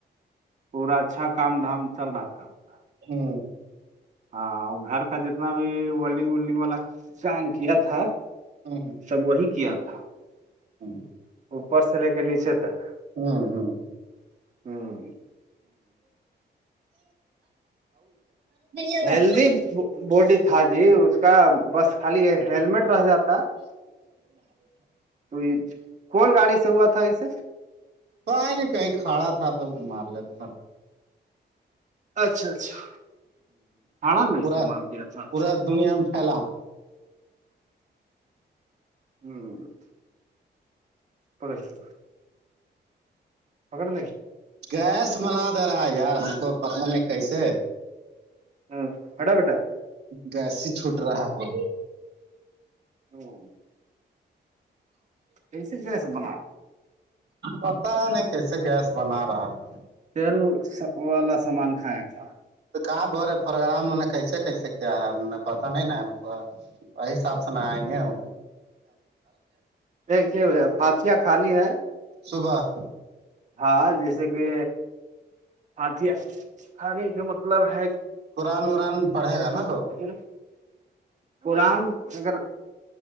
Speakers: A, on the right; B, on the right.
A: پورا اچھا کام دھام چل رہا تھا کا
B: ہوں
A: ہاں گھر کا جتنا بھی ولڈنگ ولڈنگ والا کام کیا تھا
B: ہ
A: سب وہی کیا تھا
B: ہوں
A: اوپر سے لے کے نیچے تک
B: ہوں
A: ہوں
B: ہ
A: ہیلدی بوڈی تھا جی اس کا بس خالی ہیللمٹ رہ جاتا تو یہ کون گاڑی سے ہوا تھا اسے
B: تو ہے نہیں کہیں کھڑا تھا تو مار لیتا تھا
A: اچھا اچھا ہڑا میں
B: پورا
A: اسع مال دیا تھا
B: پورا دنیا میں پھیلا
A: ہوں پندرہ پکڑنے
B: گیس منا دے رہا ہے یار ہم کو پتہ نہیں کیسے
A: ہ ہٹا بیٹا
B: گسی چھوٹ رہا ہے
A: او <unintelligible> کیسے کیسے بنا
B: پتا ہے نہیں کیسے گیس بنا رہا ہے
A: تیل والا سامان کھیا تھا
B: تو کہاں ب رہے پروگرام میں نے کیسے کیسے کیا ہے ہم نے پتا نہیں نا ہم کو وہی حساب سے نہ آئیں گے وہ
A: دیکے فااتیا کھانی ہے
B: صبح
A: ہاں جیسے کہ ہات ہے کا مطلب ہے
B: قرآن وران پڑھے
A: کہ
B: گا نا تو
A: قرآن اگر